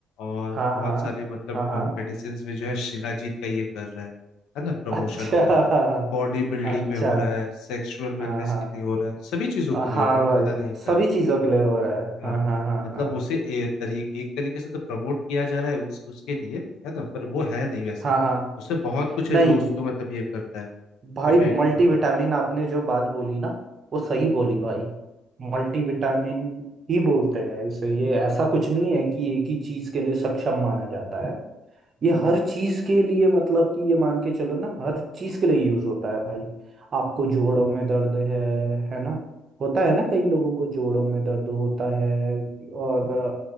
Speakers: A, on the left; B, on the right.
A: और
B: हाँ
A: बहुत
B: हाँ
A: सारे मतलब
B: हाँ हाँ
A: मेडिसिन में जो है शिलाजीत का ये कर रहा है है ना प्रमोशन
B: <laughs> अच्छा
A: हो रहा है बॉडी बिल्डिंग
B: अच्छा
A: में हो रहा है सेक्सुअल वेलनेस
B: हाँ हाँ
A: के लिए हो रहा है सभी चीजों के लिए
B: हाँ
A: हो रहा है
B: भाई
A: मैं मना नहीं कर
B: सभी
A: रहा
B: चीज़ों के लिए हो रहा है
A: हाँ
B: हाँ हाँ हाँ
A: मतलब
B: हाँ
A: उसे ए, तरी, एक तरीके से तो प्रमोट किया जा रहा है उस, उसके लिए है ना पर वो है नहीं वैसा
B: हाँ हाँ
A: उसे बहुत कुछ
B: नहीं
A: है जो उसको मतलब ये करता है
B: भाई
A: इफेक्ट
B: मल्टीविटामिन
A: मतलब
B: आपने जो बात बोली ना वो सही बोली भाई मल्टीविटामिन ही बोलते हैं इसे ये ऐसा कुछ नहीं है कि एक ही चीज के लिए सक्षम माना जाता है ये हर चीज के लिए मतलब कि ये मान के चलो ना हर चीज के लिए यूज होता है भाई आपको जोड़ों में दर्द है है ना होता है ना कई लोगों को जोड़ों में दर्द होता है और